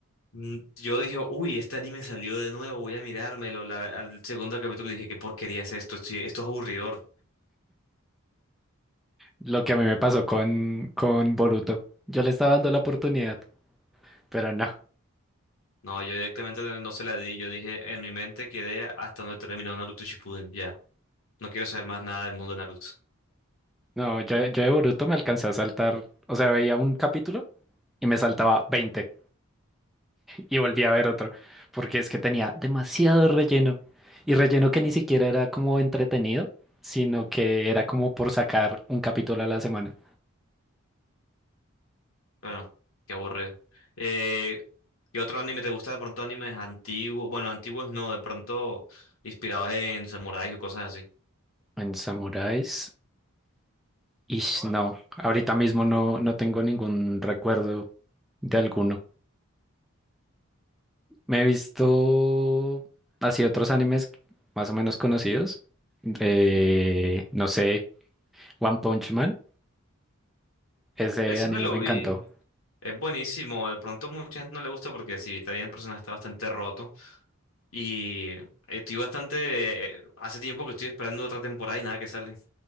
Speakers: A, on the left (about 75°); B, in the centre.
A: Mm, Yo dije, uy, este anime salió de nuevo, voy a mirármelo. La- al segundo capítulo dije, ¿qué porquería es esto? Esto, esto es aburridor.
B: Lo que a mí me pasó con, con Boruto. Yo le estaba dando la oportunidad, pero no.
A: No, yo directamente no no se la di. Yo dije, en mi mente quedé hasta donde terminó Naruto Shippuden. Ya, no quiero saber más nada del mundo de Naruto.
B: No, yo, yo de Boruto me alcancé a saltar. O sea, veía un capítulo y me saltaba 20 y volvía a ver otro. Porque es que tenía demasiado relleno. Y relleno que ni siquiera era como entretenido, sino que era como por sacar un capítulo a la semana.
A: Bueno, qué aburrido. Eh, ¿qué otro anime te gusta? De pronto animes antiguos. Bueno, antiguos no, de pronto inspirados en samuráis o cosas así.
B: En Samuráis, ish, no. Ahorita mismo no, no tengo ningún recuerdo de alguno. Me he visto así otros animes más o menos conocidos. Eh, no sé, One Punch Man. Ese
A: Ese
B: anime
A: me lo
B: me
A: vi.
B: encantó.
A: Es buenísimo, de pronto mucha gente no le gusta porque si está bien el personaje está bastante roto y estoy bastante, eh, hace tiempo que estoy esperando otra temporada y nada que sale.